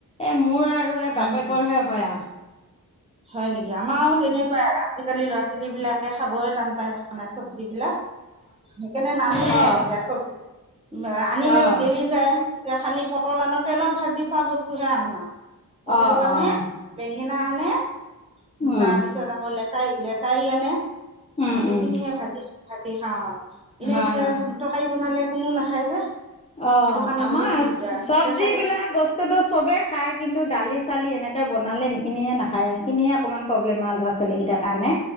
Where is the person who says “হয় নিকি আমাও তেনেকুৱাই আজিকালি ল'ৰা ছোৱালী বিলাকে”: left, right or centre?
Right